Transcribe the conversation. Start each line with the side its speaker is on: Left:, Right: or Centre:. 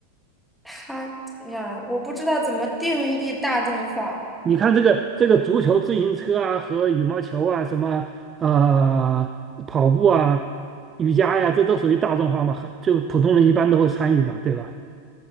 Centre: 它哎呀，我不知道怎么定义大众化，
Right: 你看这个这个足球、自行车啊和羽毛球啊，什么啊、呃、跑步啊、瑜伽呀、这都属于大众化嘛，很就普通人一般都会参与嘛，对吧？